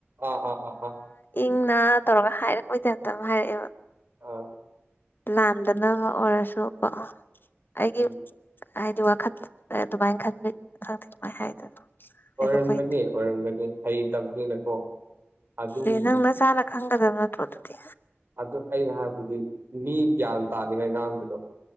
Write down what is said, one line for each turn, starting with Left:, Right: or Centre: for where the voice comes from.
Right: ꯑꯥ ꯑ ꯑꯥ ꯑ
Left: ꯪꯅ ꯇꯧꯔꯒ ꯍꯥꯏꯔꯛꯑꯣꯗꯦ ꯍꯥꯏꯦꯇ ꯑꯃ ꯍꯥꯏꯔꯛꯑꯦꯕ
Right: ꯑ
Left: ꯂꯥꯟꯗꯅꯕ ꯑꯣꯏꯔꯁꯨ ꯀꯣ
Right: ꯎꯝ
Left: ꯑꯩꯒꯤ ꯍꯥꯏꯗꯤ ꯋꯥꯈꯜ ꯑꯗꯨꯃꯥꯏꯅ ꯈꯟꯕꯤ ꯈꯪꯗꯦ ꯑꯗꯨꯃꯥꯏ ꯍꯥꯏꯗꯣꯏꯅꯣ ꯍꯥꯏꯗꯣꯛꯄꯩ
Right: ꯑꯣꯏꯔꯝꯒꯅꯤ ꯑꯣꯏꯔꯝꯒꯅꯤ ꯍꯩꯇꯕꯅꯤꯅꯀꯣ ꯑꯗꯨꯝ
Left: ꯑꯦ ꯅꯪ ꯅꯁꯥꯅ ꯈꯪꯒꯗꯕ ꯅꯠꯇ꯭ꯔꯣ ꯑꯗꯨꯗꯤ
Right: ꯑꯗꯨ ꯑꯩꯅ ꯍꯥꯏꯕꯗꯤ ꯃꯤ ꯒ꯭ꯌꯥꯟ ꯇꯥꯅꯤꯡꯉꯥꯏ ꯉꯥꯡꯕꯗꯣ